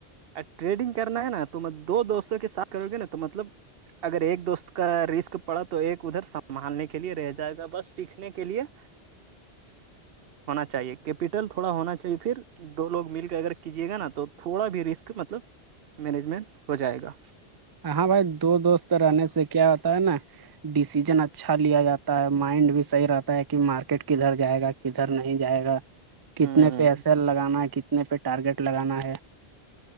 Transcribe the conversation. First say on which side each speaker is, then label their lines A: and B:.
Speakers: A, on the right (about 65°); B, on the right (about 35°).
A: ا ٹریڈنگ کرنا ہے نا تم دوستوں کے ساتھ کرو گے نا تو مطلب اگر ایک دوست کا رسک پڑا تو ایک ادھر سنبھالنے کے لیے رہ جائے گا بس سیکھنے کے لیے <inaudible> ہونا چاہیے کیپٹل تھوڑا ہونا چاہیے پھر دو لوگ مل کے اگر کیجیے گا نا تو تو تھوڑا بھی رسک مطلب مینجمنٹ ہو جائے گا
B: ہاں بھائی دو دوست رہنے سے کیا ہوتا ہے نا ڈیسیزن اچھا لیا جاتا ہے مائنڈ بھی صحیح رہتا ہے کہ مارکیٹ کدھر جائے گا کدھر نہیں جائے گا کتنے
A: ہ
B: پہ ایسل لگانا ہے کتنے پہ ٹارگیٹ لگانا ہے